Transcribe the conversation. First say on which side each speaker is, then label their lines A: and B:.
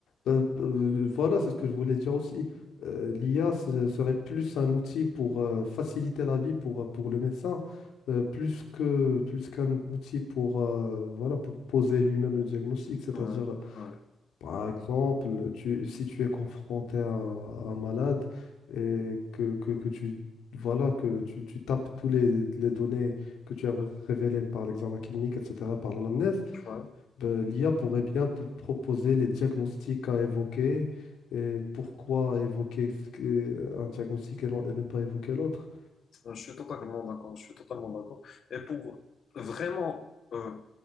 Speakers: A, on the left (about 85°); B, on the left (about 55°).
A: Euh, euh, voilà, c'est ce que je voulais dire aussi. Euh, l'IA se- serait plus un outil pour euh, faciliter la vie pour, euh, pour le médecin, euh, plus que, plus qu'un outil pour, euh, voilà, pour poser lui-même le diagnostic, c'est-à-dire
B: Ouais, ouais,
A: par exemple, tu- si tu es confronté à, un malade et que, que, que tu voilà que tu, tu tapes tous les, les données que tu as ré- révélées par l'examen clinique, etc., par l'anamnèse,
B: tu vois.
A: ben, l'IA pourrait bien te proposer les diagnostics à évoquer et pourquoi évoquer ce que- un diagnostic et, non- et ne pas évoquer l'autre.
B: Ouais, Je suis totalement d'accord. Je suis totalement d'accord. Et pour vraiment, euh,